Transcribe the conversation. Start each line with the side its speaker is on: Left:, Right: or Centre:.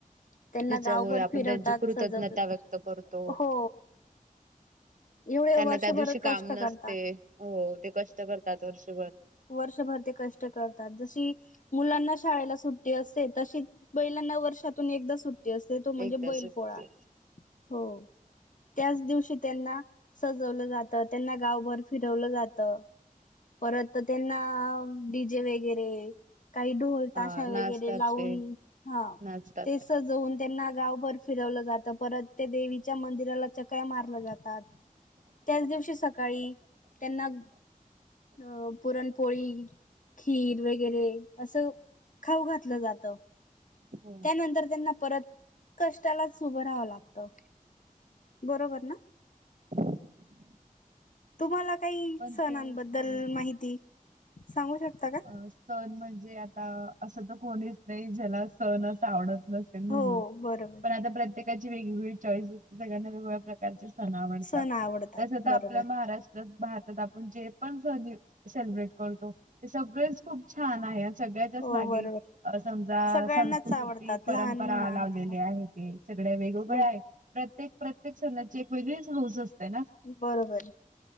Left: त्यांना
Right: जिच्यामुळे
Left: गावभर
Right: आपण,
Left: फिरवतात
Right: त्यांची कृतज्ञता
Left: सजवतात
Right: व्यक्त करतो.
Left: हो एवढे
Right: त्यांना
Left: वर्षभर
Right: त्या दिवशी
Left: कष्ट
Right: काम
Left: करतात
Right: नसते. हो. ते कष्ट करतात वर्षभर.
Left: वर्षभर ते कष्ट करतात. जशी मुलांना शाळेला सुट्टी असते, तशी बैलांना वर्षातून एकदा सुट्ट असेते. तो म्हणजे,
Right: एकदा
Left: बैल
Right: सुट्टी
Left: पोळा. हो. त्याच दिवशी त्यांना सजवलं जातं. त्यांना गावभर फिरवलं जात. परत त्यांना, डी जे वगैरे काही ढोल ताशा
Right: हा
Left: वगैरे
Right: नाचतात
Left: लावून,
Right: ते
Left: हा
Right: नाचतात.
Left: ते सजवून त्यांना गावभर फिरवलं जातं. परत ते देवीच्या मंदिराला चक्र्या मारलं जात. त्याच दिवशी सकाळी. त्यांना अ पुरणपोळी. खीर वगैरे असं खाऊ घातलं जात.
Right: हो
Left: त्यानंतर त्यांना परत कष्टालाच उभं राहावं लागतं, बरोबर ना.
Right: <unintelligible>
Left: तुम्हाला काही
Right: पण
Left: सणांबद्दल
Right: तो एक दिवस
Left: माहिती, सांगू शकता का?
Right: अ, सण म्हणजे आता असं तर कोणीच नाही, ज्याला सणच आवडत न <unintelligible>
Left: हो बरोबर
Right: पण आता प्रत्येकाची वेगवेगळी चॉईस. सगळ्यांना वेगवेगळया प्रकारचे सण आवडतात.
Left: सण आवडतात
Right: तस तर
Left: बरोबर
Right: आपला महाराष्ट्र. भारतात आपण जे पण सण सेलिब्रेट करतो ते सगळेच खूप छान आहेत. सगळ्यातच
Left: हो
Right: मागे.
Left: बरोबर
Right: अं समजा
Left: सगळ्यांनाच
Right: संस्कृती,
Left: आवडतात
Right: परंपरा,
Left: लहान लहान
Right: लावलेली
Left: मोठ्यांना
Right: आहे ते सगळया वेगवेगळ्या
Left: ब
Right: आहेत. प्रत्येक, प्रत्येक सणाची एक वेगळीच हौस असते ना.
Left: बरोबर.